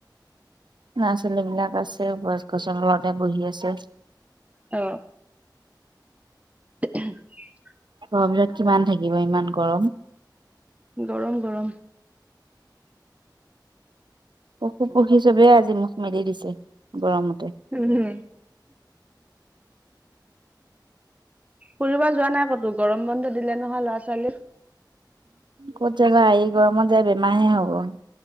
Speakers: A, on the right (about 75°); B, on the right (about 20°).
A: ল'ৰা ছোৱালী বিলাক আছে গছ গছৰ তলতে বহি আছে।
B: অ <unintelligible>
A: গৰম দিনত কিমান থাকিব ইমান গৰম
B: গৰম গৰম
A: পশু পক্ষী চবেই আজি মুখ মেলি দিছে গৰমত
B: উম উম্। ফুৰিব যোৱা নাই ক'তো গৰম বন্ধ দিলে নহয় ল'ৰা ছোৱালীক।
A: ক'ত জেগা এই গৰমত যায় বেমাৰ হে হ'ব-